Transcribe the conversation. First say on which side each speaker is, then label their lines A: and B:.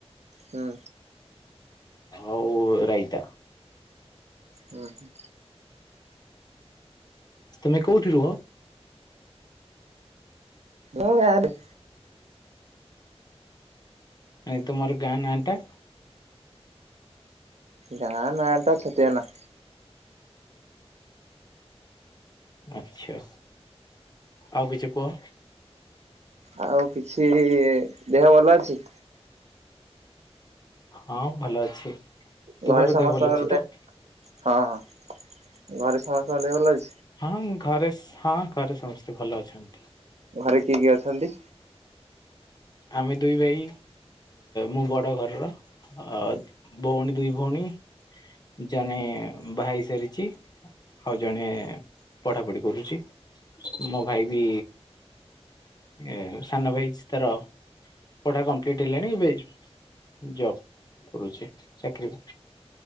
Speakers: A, on the right; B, on the left.
A: ହୁଁ।
B: ଆଉ ରାଇତା।
A: ହୁଁ ହୁ।
B: ତମେ କୋଉଠି ରୁହ?
A: ମୁଁ ଗାଁ ରେ।
B: ନ ତୁମର ଗାଁ ନା ଟା?
A: ଗାଁ ନାଟା ଛତିଆନା।
B: ଆଚ୍ଛା ଆଉ କିଛି କୁହ।
A: ଆଉ କିଛି ଦେହ ଭଲ ଅଛି।
B: ହଁ ଭଲ ଅଛି
A: ଘରେ
B: ତୁମର
A: ସମସ୍ତଙ୍କର
B: ଦେହ ଭଲ ଅଛି
A: ଦେ
B: ତ?
A: ହଁ ହଁ ଘରେ ସମସ୍ତଙ୍କ ଦେହ ଭଲ ଅଛି?
B: ହଁ ଘରେ ସ ହଁ ଘରେ ସମସ୍ତେ ଭଲ ଅଛନ୍ତି।
A: ଘରେ କିଏ କିଏ ଅଛନ୍ତି?
B: ଆମେ ଦୁଇ ଭାଇ ମୁଁ ବଡ଼ ଘର ର ଆଉ ଭଉଣୀ ଦୁଇ ଭଉଣୀ ଜଣେ ଭାଇ ସାରି ଛି ଆଉ ଜଣେ ପଢ଼ା ପଢ଼ି କରୁଛି ମୋ ଭାଇ ବି ଏ ସାନ ଭାଇଛି ତାର ପଢ଼ା କମ୍ପ୍ଲିଟ ହେଲାଣି ଏବେ ଜବ କରୁଛି ଚାକିରି